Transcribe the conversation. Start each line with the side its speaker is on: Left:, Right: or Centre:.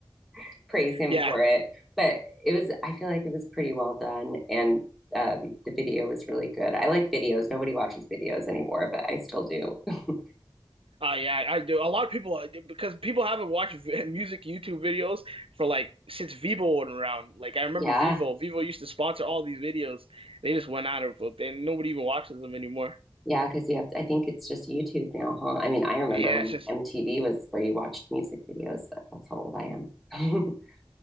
Centre: <laughs> praise him
Right: Yeah,
Centre: for it, but it was I feel like it was pretty well done and um, the video was really good. I like videos. Nobody watches videos anymore, but I still do. <laughs>
Right: Oh yeah, I do. A lot of people because people haven't watched v- <laughs> music YouTube videos for like since Vivo went around. Like I remember
Centre: Yeah.
Right: Vivo. Vivo used to sponsor all these videos. They just went out of it, and nobody even watches them anymore.
Centre: Yeah, because you have to, I think it's just YouTube now, huh? I mean, I remember
Right: But yeah,
Centre: when
Right: it's just.
Centre: MTV was where you watched music videos. but That's how old I am. <laughs>